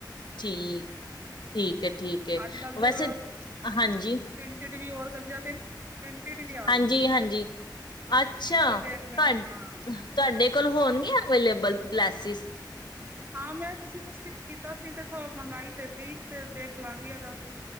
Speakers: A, on the left; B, on the right.
A: ਠੀਕ, ਠੀਕ, ਠੀਕ
B: ਅੱਜ-ਕੱਲ
A: ਵੈਸੇ
B: ਤੇ
A: ਹਾਂਜੀ
B: <inaudible> ਪ੍ਰਿੰਟਡ ਵੀ ਹੋਰ ਉਰਗੰਜਾ ਤੇ ਨਾ ਪ੍ਰਿੰਟਡ ਵੀ ਆ
A: ਹਾਂਜੀ,
B: ਰਹੀਆਂ ਨੇ
A: ਹਾਂਜੀ
B: ਲੈਸਾਂ
A: ਅੱਛਾ
B: ਤੁਸੀਂ ਉਹ
A: ਤੁਹਾ
B: ਦੇਖ ਲੈਣਾ ਹਾਂ।
A: ਤੁਹਾਡੇ ਕੋਲ ਹੋਣਗੀਆਂ ਅਵੇਲੇਬਲ ਗਲਾਸਿਸ
B: ਹਾਂ, ਮੈਂ ਕਿਸੇ ਦਾ ਸਟਿਚ ਕੀਤਾ ਸੀ ਤੇ ਮਹਿੰਗਾਈ ਤੇ ਸੀ ਤੇ ਦੇਖ ਲਾਂਗੀ ਅਗ